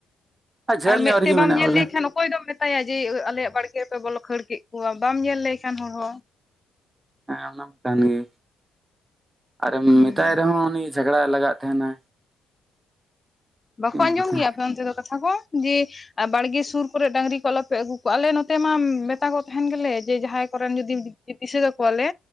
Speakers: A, on the right (about 20°); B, on the left (about 25°).
A: ᱦᱚᱸ ᱡᱷᱟᱹᱞ
B: ᱟᱨ
A: ᱧᱚᱜ
B: ᱢᱮᱫ
A: ᱨᱮᱜᱮ
B: ᱛᱮ ᱵᱟᱢ
A: ᱢᱮᱱᱟᱜ-ᱟ
B: ᱧᱮᱞ
A: ᱵᱚᱞᱮ᱾
B: ᱞᱮᱠᱷᱟᱱ ᱚᱠᱚᱭ ᱫᱚᱢ ᱢᱮᱛᱟᱭᱟ ᱡᱮ ᱟᱞᱮᱭᱟᱜ ᱵᱟᱲᱜᱮ ᱯᱮ ᱵᱚᱞᱚ ᱠᱷᱟᱹᱲ ᱠᱮᱫ ᱠᱚᱣᱟ ᱵᱟᱢ ᱧᱮᱞ ᱞᱮᱠᱷᱟᱱ ᱦᱚᱲ ᱦᱚᱸ᱾
A: ᱦᱮᱸ ᱚᱱᱟ ᱢᱟ ᱠᱟᱱ ᱜᱮ ᱟᱨᱮᱢ
B: ᱦᱩᱸ
A: ᱢᱮᱛᱟᱭ ᱨᱮᱦᱚᱸ ᱩᱱᱤ ᱡᱷᱟᱜᱽᱲᱟ ᱞᱟᱜᱟᱜ ᱛᱟᱦᱮᱱᱟ᱾
B: ᱵᱟᱠᱚ ᱟᱸᱡᱚᱢ
A: ᱢᱮᱛᱟᱭᱟ
B: ᱜᱮᱭᱟ ᱟᱯᱮ ᱚᱱᱛᱮ ᱫᱚ ᱠᱟᱛᱷᱟ ᱠᱚ ᱡᱮ ᱟᱨ ᱵᱟᱲᱜᱮ ᱥᱩᱨ ᱠᱚᱨᱮ ᱰᱟᱝᱨᱤ ᱠᱚ ᱟᱞᱚᱯᱮ ᱟᱹᱜᱩ ᱠᱚᱣᱟ ᱟᱞᱮ ᱱᱚᱛᱮ ᱢᱟ ᱢᱮᱛᱟ ᱠᱚ ᱛᱟᱦᱮᱱ ᱜᱮᱞᱮ ᱡᱮ ᱡᱟᱦᱟᱸᱭ ᱠᱚᱨᱮᱱ ᱡᱩᱫᱤ ᱫᱤᱥᱟᱹ ᱠᱟᱠᱚᱣᱟᱞᱮ